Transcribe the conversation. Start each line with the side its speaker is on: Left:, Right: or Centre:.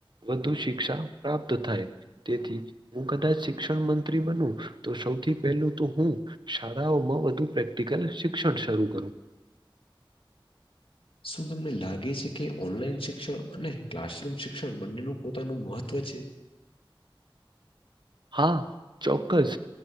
Right: વધુ શિક્ષા પ્રાપ્ત થાય તેથી હું કદાચ શિક્ષણ મંત્રી બન તો સૌથી પહેલું તો હું શાળાઓમાં વધુ પ્રેક્ટિકલ શિક્ષણ શરૂ કરું.
Left: શું તમને લાગે છે કે ઓનલાઈન શિક્ષણ અને ક્લાસરૂમ શિક્ષણ બંનેનું પોતાનું મહત્વ છે?
Right: હા ચોક્કસ